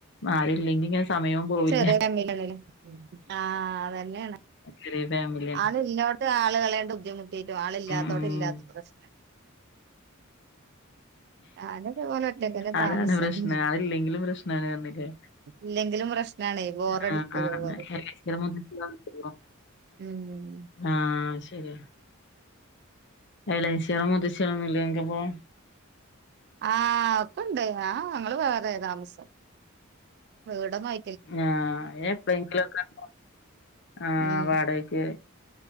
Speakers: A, on the left (about 55°); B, on the right (about 50°).
A: ആരുംല്ലെങ്കി ഇങ്ങനെ സമയവും പോയി
B: വെറെ ഫാമിലിയിലൊന്നുല്ലേ ആഹ് അതന്നെണ്
A: ചെറിയ ഫാമിലിയാണ്
B: ആന്ന് ഇല്ലോട്ത്ത് ആൾകെളേണ്ട് ബുദ്ധിമുട്ടിട്ടും ആളില്ലാത്തോടം
A: ഉം ഉം
B: ഇല്ലാത്ത പ്രശ്നം ഞാനിത് പോലെ ഒറ്റക്കന്ന താമസം
A: അതാണ് പ്രശ്നം ആളില്ലെങ്കിലും പ്രശ്നാണ് പറഞ്ഞില്ലേ
B: ഇല്ലെങ്കിലും പ്രശ്നാണെ ബോറടിക്കും
A: ആഹ് ആഹ്
B: ഇതേ പോലെ
A: എളേച്ചിടെ മുത്തച്ഛനൊന്നുല്ലല്ലോ
B: ഉം
A: ആഹ് ശരിയാ ഇളയച്ചികളും മുത്തച്ഛികളും ഒന്നുല്ലേ നിൻക്കിപ്പം
B: ആഹ് ഒക്കെ ഇണ്ട് ഞാൻ ആഹ് ഞങ്ങള് വേറെ താമസം വീട് മൈ
A: ആഹ് എപ്പളെങ്കിലൊക്കെ ഉണ്ടാ <inaudible> ആഹ്
B: ഉം
A: വാടകക്ക്